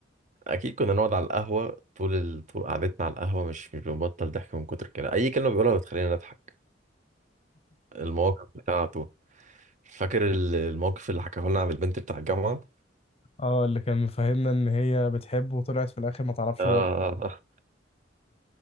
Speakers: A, on the right (about 40°); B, on the left (about 30°).
A: اكيد كنا نقعد على القهوه طول ال... طول قعدتنا على القهوه مش مش بنبطل ضحك من كتر كده اي كلمه بيقولها بتخلينا نضحك المواقف بتاعته فاكر ال- الموقف اللي حكاه لنا عن البنت بتاع الجامعه
B: اه اللي كان مفهمنا إن هي بتحبه وطلعت في الآخر ما تعرفش
A: آه.
B: هو